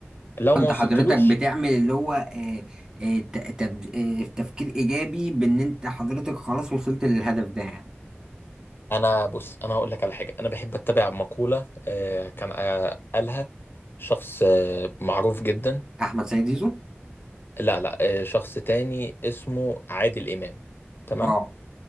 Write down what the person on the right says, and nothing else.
انت
حضرتك بتعمل اللي هو آه آه ت- تب- آه، تفكير ايجابي بان انت حضرتك خلاص وصلت للهدف ده يعني
احمد سيد زيزو
اه